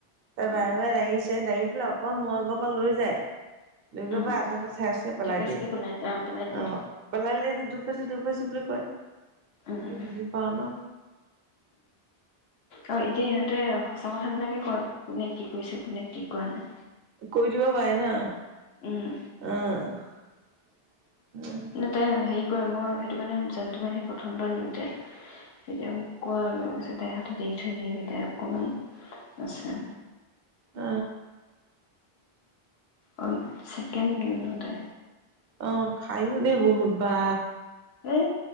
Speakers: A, on the right (about 70°); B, on the left (about 80°).
A: তাই বাৰে-বাৰে
B: উম
A: দাঙিছে দাঙি পেলাই অকণ মই আগৰ পৰা লৈ যায়। লৈ গৈ
B: উম
A: পাই আধাতে চেচকে পেলাই
B: থেকেচকে
A: দিয়ে। অ',
B: দিয়ে পেলাই দিয়ে
A: পেলালে দুপাইচু-দুপাইচু বু হয়।
B: উম
A: <unintelligible> বুজি পাওঁ ন?
B: অ একেই ততে সঁচা কথাবিলাকে কয়, কোনে কি? কৰিছে কোনে কি কোৱা নাই?
A: কৰি দিব পাৰে ন?
B: উম
A: অ'। উম।
B: তাই হেৰি কৰে, মই সেইটো কাৰণে জানটো মাহীয়ে সেই প্ৰথমবাৰ নিওঁতে তেতিয়া মোক কয় ম কৈছে তাইৰ হাতত এৰি থৈ নাহিবি, তাই অকণমান আছে।
A: অ!
B: অ ছেকেণ্ড তে
A: অ খাইও দেই বহুত বা
B: হে